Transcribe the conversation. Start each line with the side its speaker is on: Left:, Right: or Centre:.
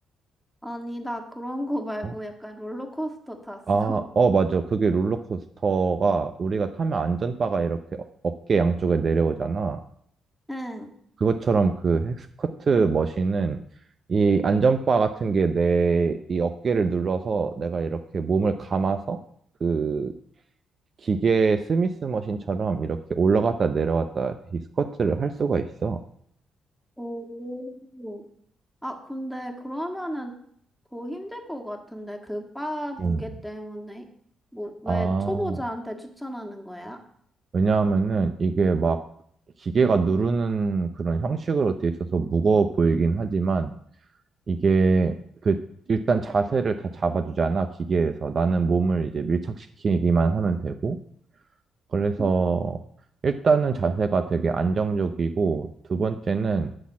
Centre: 아니, 나 그런 거 말고
Right: 어?
Centre: 약간 롤러코스터 탔어.
Right: 아, 어, 맞아. 그게 롤러코스터가 우리가 타면 안전바가 이렇게 어- 어깨 양쪽에 내려오잖아.
Centre: <laughs> 응.
Right: 그것처럼 그 헥스커트 머신은 이 안전바 같은 게 내 이 어깨를 눌러서 내가 이렇게 몸을 감아서 그 기계 스미스 머신처럼 이렇게 올라갔다 내려왔다 이 스쿼트를 할 수가 있어.
Centre: 오. 아, 근데 그러면은 더 힘들 것 같은데 그 바
Right: 음.
Centre: 무게 때문에 뭐 왜
Right: 아.
Centre: 초보자한테 추천하는 거야?
Right: 왜냐하면은 이게 막 기계가 누르는 그런 형식으로 돼 있어서 무거워 보이긴 하지만 이게 그 일단 자세를 다 잡아주잖아, 기계에서. 나는 몸을 이제 밀착시키기만 하면 되고. 그래서
Centre: 음,
Right: 일단은 자세가 되게 안정적이고 두 번째는